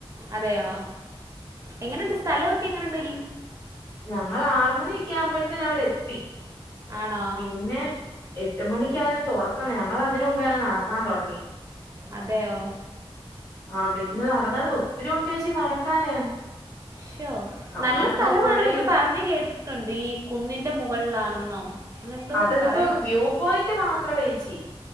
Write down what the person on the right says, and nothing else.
അതെയോ എങ്ങനുണ്ട് സ്ഥലൊക്കെ എങ്ങനുണ്ടലി
ആണോ
അതെയോ?
ശോ
നല്ല സ്ഥലമാണെന്നൊക്കെ
പറഞ്ഞ ഞ്ഞ് കേട്ടിട്ടുണ്ട് ഈ കുന്നിന്റെ മുകളിലാണെന്നോ അങ്ങനെന്തോ
പറയും